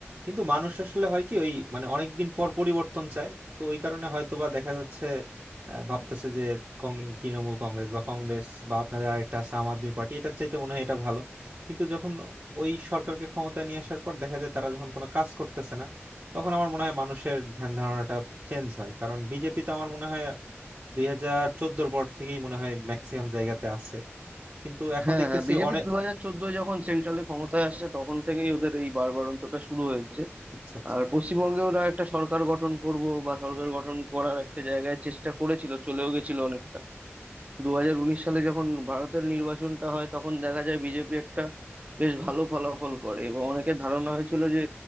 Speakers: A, on the right; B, on the right.
A: কিন্তু মানুষ আসলে হয় কি ওই মানে অনেকদিন পর পরিবর্তন চায় তো ওই কারণে হয়তোবা দেখা যাচ্ছে আহ, ভাবতেছে যে কং- তৃণমূল কংগ্রেস বা কংগ্রেস বা আপনাদের আরেকটা আছে আম আদমি পার্টি এটার চাইতে মনে হয় এটা ভালো কিন্তু যখন ওই সরকারকে ক্ষমতা নিয়ে আসার পর দেখা যায় তারা যখন কোনো কাজ করতেছে না তখন আমার মনে হয় মানুষের ধ্যান ধারণাটা চেঞ্জ হয় কারণ বিজেপি তো আমার মনে হয় দুই হাজার চোদ্দোর পর থেকেই মনে হয় ম্যাক্সিমাম জায়গাতে আছে কিন্তু এখন
B: হ্যাঁ
A: দেখতেছি
B: হ্যাঁ বিজেপি
A: অনেক
B: দু হাজার চোদ্দোয় যখন সেন্ট্রালে ক্ষমতায় আসে তখন থেকেই ওদের এই বাড়বাড়ন্তটা শুরু হয়েছে
A: আচ্ছা
B: আর পশ্চিমবঙ্গে ওরা একটা সরকার গঠন করব বা সরকার গঠন করার একটা জায়গায় চেষ্টা করেছিল চলেও গেছিল অনেকটা দু হাজার উনিশ সালে যখন ভারতের নির্বাচনটা হয় তখন দেখা যায় বিজেপি একটা বেশ ভালো ফলাফল করে এবং অনেকের ধারণা হয়েছিল যে